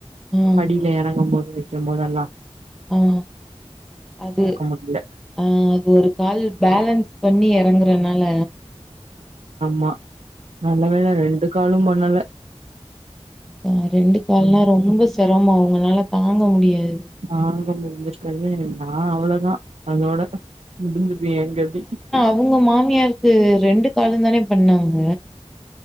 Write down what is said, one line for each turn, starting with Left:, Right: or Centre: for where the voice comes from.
Centre: ம்
Right: படியில இறங்கும் போது. வைக்கும் போதெல்லாம்
Centre: ஆஹ அது
Right: முடியல
Centre: ஆஹ அது ஒரு கால் பேலன்ஸ். பண்ணி இறங்குறனால.
Right: மா. நல்ல வேல ரெண்டு காலு பண்ணல.
Centre: அ ரெண்டு கால்லா ரொம்ப சிரமோ உங்களால தாங்க முடியாது.
Right: தாங்க முடிஞ்சிருக்கவே நா அவ்ளோதா அதோட உம். இது எங்க வீட்.
Centre: அவுங்க மாமியாருக்கு ரெண்டு காலு தானே பண்ணாங்க